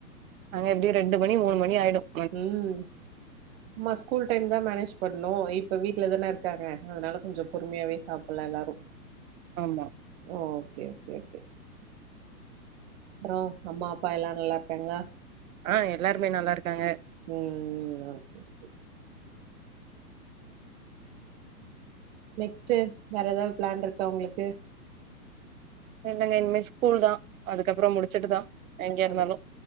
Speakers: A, on the right (about 55°); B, on the right (about 40°).
A: நாங்க எப்டியு ரெண்டு மணி மூனு மணி ஆயிடும்
B: ம் ஆமா ஸ்கூல் டைம் தானே மேனேஜ் பண்ணு இப்ப வீட்ல தானே இருக்காங்க அதனால கொஞ்சம் பொறுமையாவே சாப்பல்லா எல்லாரும்
A: ஆம்மா
B: ஓகே ஓகே ஓகே அப்றோ அம்மா அப்பா எல்லா நல்லா இருக்காங்ளா
A: ஆஹ் எல்லாருமே நல்லா இருக்காங்க
B: ம் ம் ஓகே ஓகே நெக்ஸ்ட்டு வேற ஏதாவது பிளான் இருக்கா உங்களுக்கு
A: <unintelligible> ஸ்கூல் தா அதுக்கப்பறம் முடிச்சுட்டுதா எங்க
B: முடிச்சு
A: இருந்தாலு